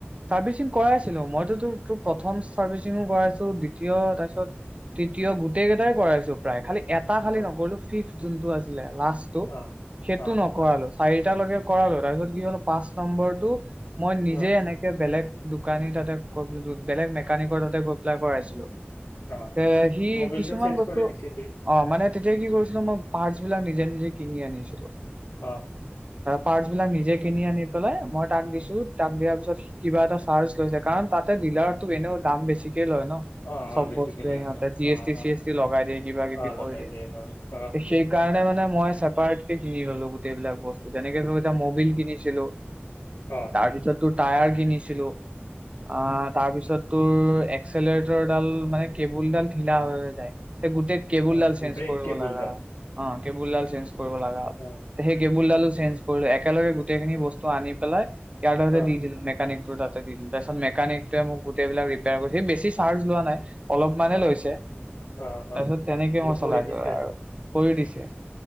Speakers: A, on the right; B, on the left.
A: চাৰভিৰ্চিং কৰাই ছিলো মই তো প্ৰথম। চাৰভি ছিং কৰাইছো দ্বিতীয় তাৰপিছত তৃতীয় গোটেই কেইটাই কৰাইছো। প্ৰায় খালি এটা খালি
B: অ
A: নগ'লো ফিফ। যোনটো আছিলে। লাষ্টটো
B: অ
A: সেইটো
B: অ
A: নকৰা লৈ। চাৰিটালৈকে কৰাল তাৰপিছত কি হল পাঁচ নম্বৰটো। মই নিজে
B: ন
A: এনেকে বেলেগ দোকানী তাতে গৈ বেলেগ মেকানিকৰ তাতে গৈ পেলা কৰাইছিলো।
B: অ
A: এ সি
B: মবিলটো
A: কিছুমান
B: চেঞ্জ
A: বস্তু
B: কৰি দিছিলি
A: অ মানে তেতিয়া কি কৰিছিলো মই পাৰ্ছ বিলাক নিজে নিজে কিনি আনিছো। অ
B: অ
A: পাচ বিলাক নিজৈই কিনি আনি পেলাই। তাক দিছো। তাক দিয়াৰ পিছত চাৰ্জ লৈছে কাৰণ তাত ডিলাৰতো এনেও দাম বেছি। লয় ন
B: অ
A: চব
B: অ বেছিকে
A: বস্তুৱে
B: লয়
A: সিহঁতে
B: অ
A: জি
B: অ
A: এছ টি
B: অ
A: চি এছ টি লগাই দিয়ে কিবা কিবি
B: অ লগাই
A: কৰি দিয়ে
B: অ অ
A: সেইকাৰণে মানে মই চেপাৰেট কে কিনি গলো গোটেইবিলাক বস্তু যেনেকে এটা মবিল কিনিছিলো।
B: অ
A: তাৰপিছত তোৰ টায়াৰ কিনিছিলো অ তাৰ তাৰপিছত তোৰ এক্সলেৰেটৰডাল মানে কেবুলডাল ঢিলা হৈ হৈ যায় এ গোটেই কেবুলডাল
B: অ
A: চেঞ্জ
B: ব্ৰেক
A: কৰিব
B: কেবুলডাল
A: লাগা অ কেবুলডাল চেঞ্জ কৰিব লগা হল
B: অ
A: সেই কেবুলডালো চেঞ্জ কৰিলো একেলগে গোটেইখিনি বস্তু আনি পেলাই ইয়াৰ কাৰণে
B: অ
A: দি দিলোঁ নেট মেকানিক টোৰ তাতে দিলো তাৰপিছত মেকানিকটোৱে মোক গোটেইবোৰ ৰিপেয়াৰ কৰিছে সি বেছি চাৰ্জ লোৱা নাই অলপমানে
B: অ
A: লৈছে
B: অ
A: তাৰপিছত
B: অ
A: তেনেকে মই
B: কৰি
A: চলাই
B: দিছে
A: ত আৰু কৰি দিছে